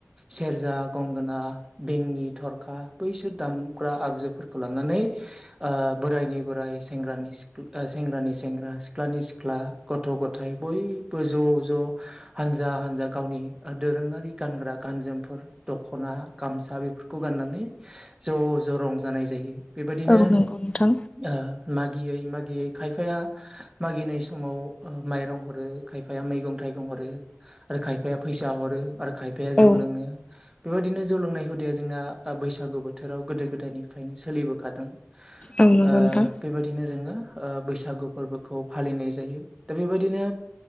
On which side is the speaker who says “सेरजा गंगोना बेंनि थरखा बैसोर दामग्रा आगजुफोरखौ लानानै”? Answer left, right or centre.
Right